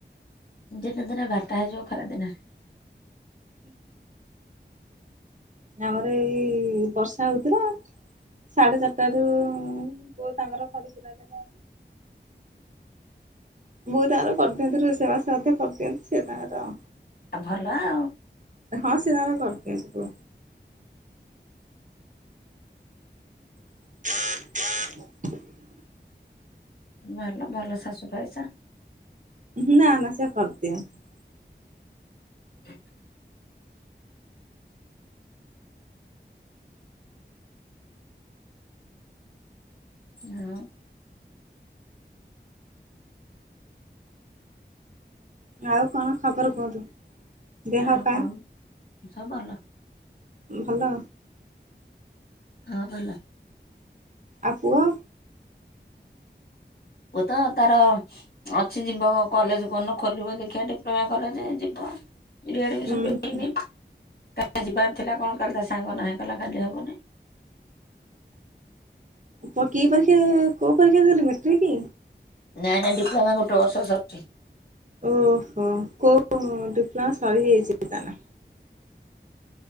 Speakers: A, on the left (about 55°); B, on the right (about 45°).
A: ଦିନେ, ଦିନେ ବାରଟା ହେଇଯିବ, ଖରା ଦିନେ।
B: ଆମର ଏଇ ବର୍ଷା ହେଉଥିଲା। ସାଢେ ଚାରିଟା ରୁ ତାଙ୍କର କରିକୁରା ଦେଲେ। ବହୁତ ଆଗରୁ କରିଦିଅନ୍ତି। ରୋଷେଇବାସ ମଧ୍ୟ କରିଦିଅନ୍ତି। ସେ ତାଙ୍କର
A: ଆ ଭଲ ଆଉ।
B: ହଁ ସେ ତାଙ୍କର କରି ଦିଅନ୍ତି। <inaudible>
A: ଭଲ ଭଲ ଶାଶୁ ପାଇଛ।
B: ନା ନା ସେ କରିଦିଅନ୍ତି।
A: ହ ହଁ।
B: ଆଉ କଣ ଖବର କୁହନ୍ତୁ? ଦେହ
A: ଆଉ
B: ପା
A: କଣ ସବୁ ଭଲ
B: ଭଲ।
A: ହଁ ଭଲ।
B: ଆଉ ପୁଅ
A: ଓ ତ ତାର ଅଛି ଯିବ କଲେଜ କନ ଖୋଲିବ ଦେଖିବା ଡିପ୍ଲୋମା କଲେଜ ଯିବ। ରିଆଡମିସନ୍
B: ଉଁ
A: ବିି କାଲି ଯିବାର ଥିଲା କଣ କାଲି ତା ସାଙ୍ଗ ନାହିଁ କଲା କାଲି ହବନି।
B: କି ପରୀକ୍ଷା କୋଉଁ ପରୀକ୍ଷା ଦେଲେ ମେଟ୍ରିକ କି?
A: ନାଇଁ ନାଇଁ ଡିପ୍ଲୋମା ଗୋଟେ ବର୍ଷ ସରିଛି।
B: ଓହୋ କୋଉଁ ଡିପ୍ଲୋମା ସରିଯାଇଛି ତାର।